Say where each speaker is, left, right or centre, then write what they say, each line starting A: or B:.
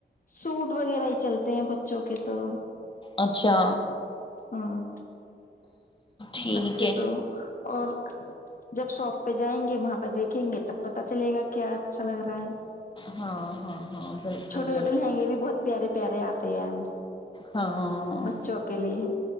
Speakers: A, on the left; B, on the left.
A: سوٹ وغیرہ ہی چلتا ہیں بچوں کے تو
B: اچھا
A: ہوں
B: ٹھیک
A: بچے
B: ہے
A: تو اور جب شوپ پہ جائیں گے وہاں پہ دیکھیں گے تب پتا چلے گا کیا اچھا لگ رہا ہے
B: ہاں ہاں ہاں بالکل
A: چھوٹے
B: بالکل
A: چھوٹے لہنگے بھی بہت پیارے پیارے آتے ہیں
B: ہاں
A: بچوں کے لیے